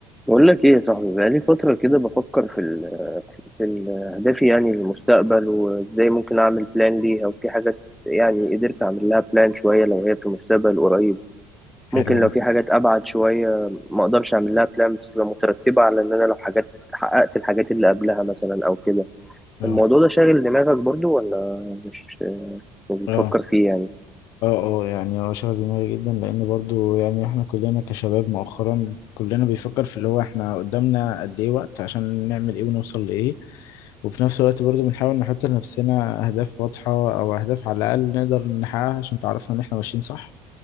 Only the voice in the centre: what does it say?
بقول لك ايه يا صاحبي بقالي فترة كده بفكر في ال في ال اهدافي يعني للمستقبل وازاي ممكن اعمل بلان ليها وفي حاجات يعني قدرت اعمل لها بلان شوية لو هي في المستقبل قريب ممكن
لو
في حاجات ابعد شوية ما اقدرش اعمل لها بلان بس تبقى مترتبة على ان انا لو حاجات حققت الحاجات اللي قبلها مثلا او كده
الموضوع ده شاغل دماغك برضو ولا مش مش بتفكر
فيه يعني